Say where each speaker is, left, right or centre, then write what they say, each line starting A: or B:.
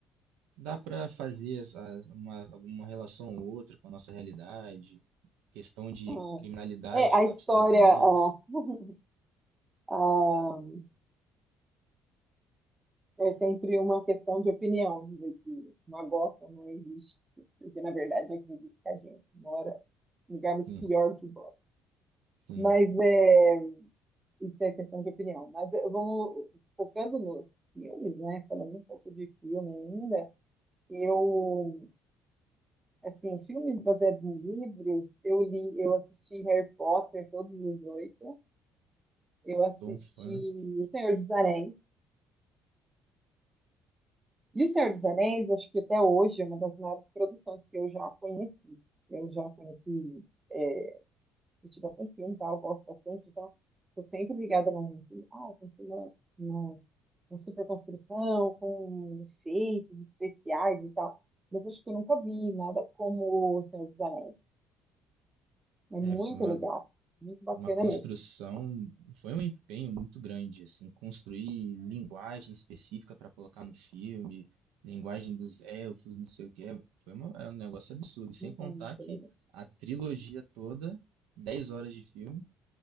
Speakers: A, on the right (about 80°); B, on the right (about 20°).
A: dá pra fazer essa- uma, alguma relação ou outra com a nossa realidade. Questão de
B: Hum.
A: criminalidade
B: É, a
A: lá
B: história,
A: dos Estados Unidos.
B: ah, <laughs> ah, é sempre uma questão de opinião, dizer que uma Gotham não existe, porque na verdade eu acredito que a gente mora em um lugar muito
A: Sim,
B: pior que Gotham.
A: sim,
B: Mas é, isso é questão de opinião. Mas eh, vamos focando nos filmes, né? Falando um pouco de filme ainda, eu assim, filmes baseados em livros, eu li, eu assisti Harry Potter, todos os oito. Eu assisti
A: sou um fã.
B: O Senhor dos Anéis. E O Senhor dos Anéis, acho que até hoje é uma das maiores produções que eu já conheci. Eu já conheci, é, assisti bastante filme e tal, gosto bastante, então estou sempre ligada num filme. Ah, tem filme uma, uma, uma super construção, com efeitos especiais e tal. Mas acho que eu nunca vi nada como O Senhor dos Anéis. É
A: É,
B: muito
A: foi uma
B: legal, muito bacana
A: uma construção,
B: mesmo.
A: foi um empenho muito grande, assim, construir linguagem específica para colocar no filme, linguagem dos elfos, não sei o quê, foi uma- é um negócio absurdo. E sem
B: Muito
A: contar que
B: legal.
A: a trilogia toda, 10 horas de filme,